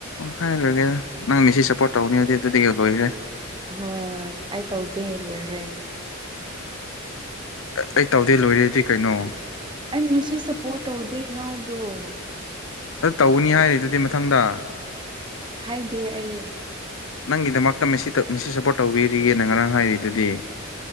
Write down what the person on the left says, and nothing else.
ꯍꯥꯏꯔꯔꯣꯏꯒꯦꯗ ꯅꯪ ꯃꯤꯁꯤ ꯁꯞꯄꯣꯔꯠ ꯇꯧꯅꯤ ꯑꯩꯗꯤ ꯑꯗꯨꯗꯒꯤ ꯂꯣꯏꯈ꯭ꯔꯦ
ꯑꯩ ꯇꯧꯗꯦ ꯂꯣꯏꯔꯦꯗꯤ ꯀꯩꯅꯣ
ꯑꯗꯨ ꯇꯧꯒꯅꯤ ꯍꯥꯏꯔꯤꯗꯨꯗꯤ ꯃꯊꯪꯗ
ꯅꯪꯒꯤꯗꯃꯛꯇ ꯃꯤꯁꯤ ꯃꯤꯁꯤ ꯁꯞꯄꯣꯔꯠ ꯇꯧꯕꯤꯔꯤꯒꯦꯅ ꯉꯔꯥꯡ ꯍꯥꯏꯔꯤꯗꯨꯗꯤ